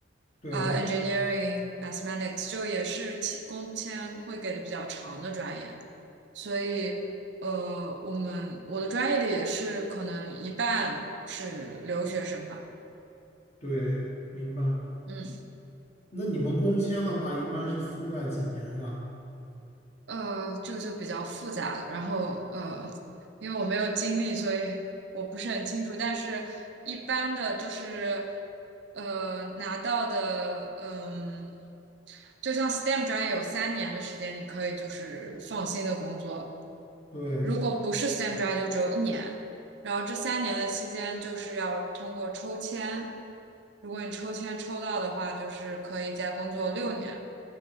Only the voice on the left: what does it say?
对
对，明白。
那你们工签的话，一般是覆盖几年呀？
对